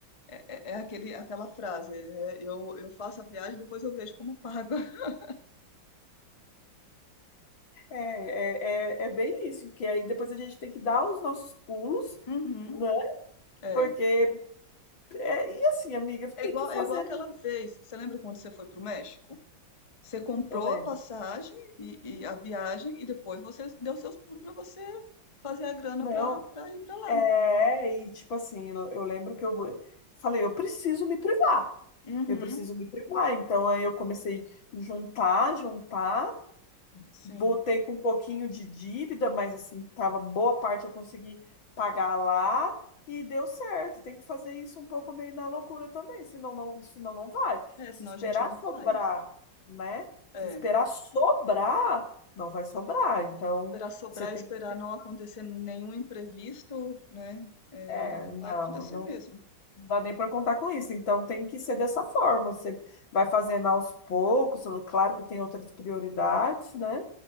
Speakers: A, on the left (about 20°); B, on the left (about 80°).
A: É, é é aquele, aquela frase, né? Eu, eu faço a viagem, depois eu vejo como pago <laughs>
B: É, é, é, é bem isso, porque aí depois a gente tem que dar os nossos pulos,
A: Uhum.
B: né?
A: É.
B: Porque, é, e assim, amiga, tem
A: É igual,
B: que fazer,
A: é igual aquela vez. Você lembra quando você foi para o México? Você comprou
B: eu lembro.
A: a passagem e, e a viagem e depois você deu seus pulos para você fazer a grana
B: Não,
A: para ir para lá.
B: é, e tipo assim, eu, eu lembro que eu falei, eu preciso me privar,
A: Uhum.
B: eu preciso me privar. Então aí eu comecei a juntar, juntar.
A: Sim.
B: Voltei com um pouquinho de dívida, mas assim, tava boa parte eu consegui pagar lá e deu certo. Tem que fazer isso um pouco meio na loucura também, senão não, senão não vai.
A: É,
B: Se
A: senão
B: esperar
A: a gente não
B: sobrar,
A: faz.
B: né?
A: É.
B: Se esperar sobrar, não vai sobrar. Então,
A: Esperar sobrar,
B: você tem
A: esperar
B: que.
A: não acontecer nenhum imprevisto, né? É,
B: É,
A: não
B: não,
A: vai acontecer
B: não
A: mesmo.
B: dá nem para contar com isso. Então, tem que ser dessa forma. Você vai fazendo aos poucos, claro que tem outras prioridades, né?